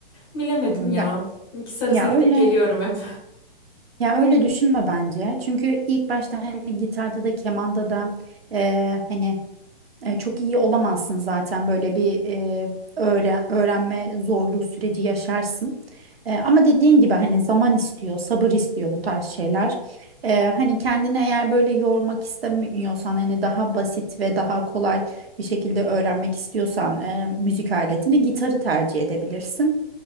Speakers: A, on the left; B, on the right.
A: bilemedim
B: Ya
A: ya. İkisi arasına
B: ya
A: gidip
B: öyle
A: geliyorum hep.
B: ya öyle düşünme bence. Çünkü ilk başta hani gitarda da kemanda da e, hani E, çok iyi olamazsın zaten böyle bir e, öğre- öğrenme zorluğu süreci yaşarsın. E, ama dediğin gibi hani zaman istiyor, sabır istiyor bu tarz şeyler. E, hani kendini eğer böyle yormak istemiyorsan hani daha basit ve daha kolay bir şekilde öğrenmek istiyorsan e, müzik aletini gitarı tercih edebilirsin.